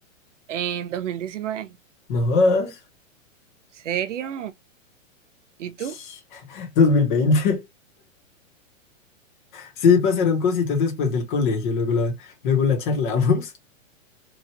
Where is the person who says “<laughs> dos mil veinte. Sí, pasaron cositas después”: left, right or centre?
Left